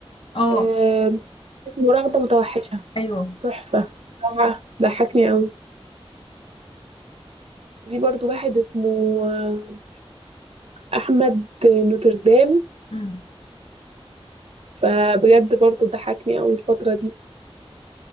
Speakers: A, on the left; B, on the right.
A: اه
B: آه، اسمه رغدة متوحشة
A: ايوه
B: تحفة بصراحة ضحكني قوي في برضو واحد اسمه آه، أحمد نوتردام
A: امم
B: فبجد برضو ضحكني قوي الفترة دي